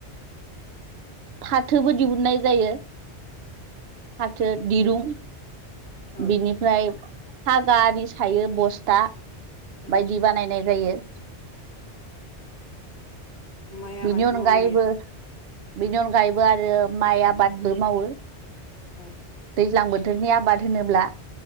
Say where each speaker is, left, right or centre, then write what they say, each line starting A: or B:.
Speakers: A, on the right; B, on the left.
A: फाथोबो दिहुननाय जायो फाथो दिरुं
B: औ
A: बिनिफ्राय फागा आरि सायो बस्था
B: औ
A: बायदि बानायनाय जायो
B: माइ आबाद
A: बिनि अनगायैबो
B: मावनाय
A: बेनि अनगायैबो आरो माइ आबादबो मावो
B: औ
A: दैज्लां बो थोरनि आबाद होनोब्ला